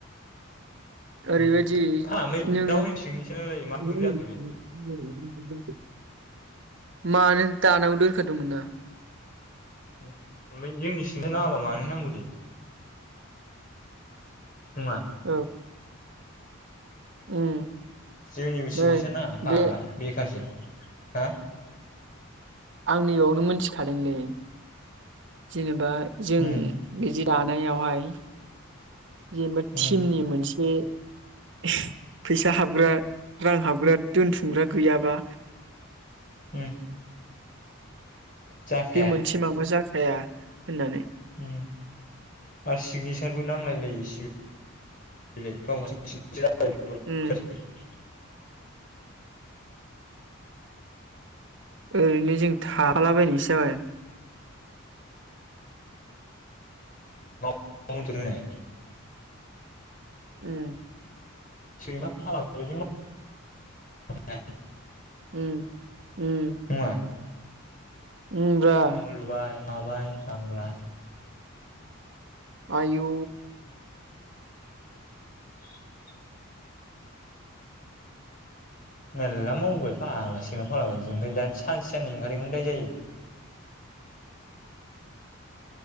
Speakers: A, on the right; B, on the left.
A: ओरैबायदि
B: उम फाग्ला
A: नों
B: रावनि सिंनिसो नालाय मा
A: <unintelligible>
B: ग्रुप जाखो बे
A: मानो दानांगौ दोनखादोंमोन ना।
B: ओमफ्राय जोंनि सिंनिफाय नाङाबा मानो नांगौ दे। नङा
A: औ। उम।
B: जोंनिबो सिगनेसार
A: नै
B: नाङा फाग्ला
A: बे
B: बेखारजों हा
A: आंनियावनो मोनथिखादोंलै जेनेबा जों
B: उम
A: बिदि जानायावहाय जेनेबा
B: उम
A: टिमनि मोनसे <unintelligible> फैसा हाबग्रा रां हाबग्रा दोनथुमग्रा गैयाबा
B: उम। जाखाया
A: बे मोनसे माबाजा <unintelligible> हाया होननानै
B: उम आरो सिगनेसारबो नांलायलायो <unintelligible> गावहा
A: उम
B: <unintelligible> <unintelligible>
A: ओरैनो जों थाफाला बायनायसो जाबाय।
B: <unintelligible>
A: उम।
B: सैमा <unintelligible>
A: उम- उम।
B: नङा
A: उम <unintelligible>
B: न' लुबाय माबाय <unintelligible>
A: आयु
B: <unintelligible> मेलला मावबोबाय फागला <unintelligible> ओमफ्राय दा सानसे साननै ओंखारै खोनो दायजायो